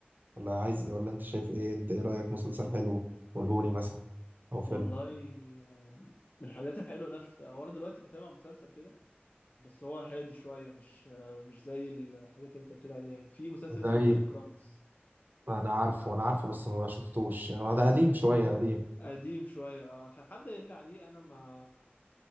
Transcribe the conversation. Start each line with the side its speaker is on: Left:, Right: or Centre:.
Right: ولا عايز ايه ولا انت شايف ايه انت ايه رأيك مسلسل حلو قولهولي مثلا او فيلم
Left: والله آم، من الحاجات الحلوه اللي انا شفتها وانا دلوقتي بتابع مسلسل كده بس هو هادي شوية مش مش زي الحاجات اللي انت بتقول عليها يعني في مسلسل اسمه
Right: زي
Left: ذا سوبرانوس
Right: انا عارفه انا عارفه بس ما شفتوش هو ده قديم شوية قديم
Left: قديم شوية آه، كان حد قايل لي عليه انا ما